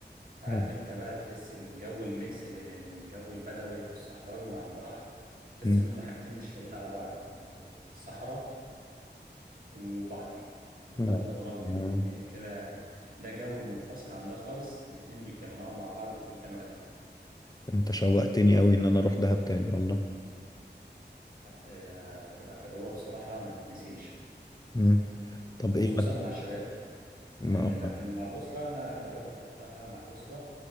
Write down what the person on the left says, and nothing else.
آه.
مم.
لا.
آه.
أنت شوقتني أوي إن أنا أروح دهب تاني والله
مم. طب
إيه مثلا
ما